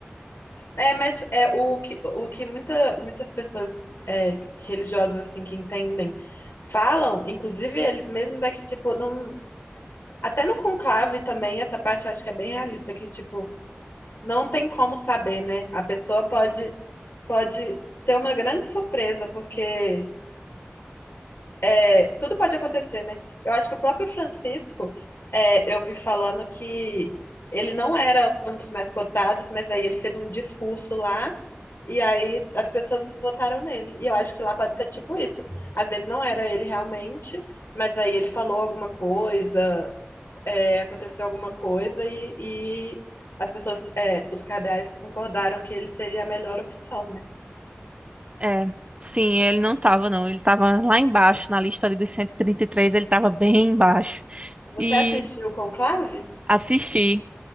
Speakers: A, on the left; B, on the right.
A: é, mas é o que, o que muita, muitas pessoas é, religiosas, assim, que entendem, falam, inclusive eles mesmos, é que, tipo, não... Até no conclave também, essa parte eu acho que é bem realista, que, tipo, Não tem como saber, né? A pessoa pode, pode ter uma grande surpresa, porque é, tudo pode acontecer, né? Eu acho que o próprio Francisco, é, eu vi falando que ele não era um dos mais cotados, mas aí ele fez um discurso lá e aí as pessoas votaram nele. E eu acho que lá pode ser tipo isso. Às vezes não era ele realmente, mas aí ele falou alguma coisa, é, aconteceu alguma coisa e, e as pessoas, é, os cardeais concordaram que ele seria a melhor opção, né?
B: É, sim, ele não estava, não. Ele estava lá embaixo, na lista ali dos cento e e trinta e três, ele estava bem embaixo.
A: Você
B: E
A: assistiu o Conclave?
B: assisti,